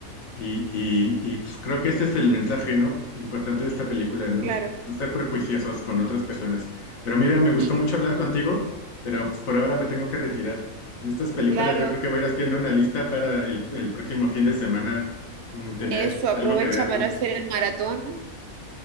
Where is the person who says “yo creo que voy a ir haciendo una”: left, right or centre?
Left